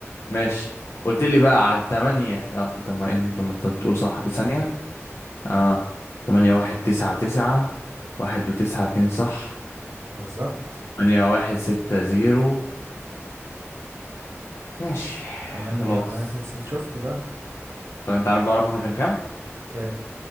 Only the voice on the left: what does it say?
ماشي قلت لي بقى على التمانية اه، طب ما انت طب ما انت تقول صح ثانيه اه تمانية واحد تسعة تسعة واحد وتسعة اتنين صح
تمانية واحد ستة زيرو ماشي
خلاص
طب انت عارف بقى رقمي كان كام؟